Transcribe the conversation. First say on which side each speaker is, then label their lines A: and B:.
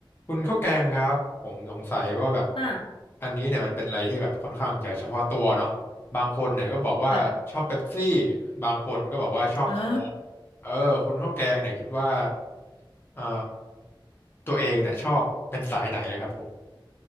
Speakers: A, on the left; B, on the left.
A: คุณข้าวแกงครับผมสงสัยว่าแบบ
B: ค่ะ
A: อันนี้เนี่ยมันเป็นอะไรที่แบบค่อนข้างจะเฉพาะตัวเนาะบางคนเนี่ยก็บอกว่าชอบเป๊ปซี่
B: ค่ะ
A: บางคนก็บอกว่าชอบโค้ก
B: อ่า
A: เออคุณข้าวแกงเนี่ยคิดว่าเอ่อตัวเองเนี่ยชอบเป็นสายไหนนะครับผม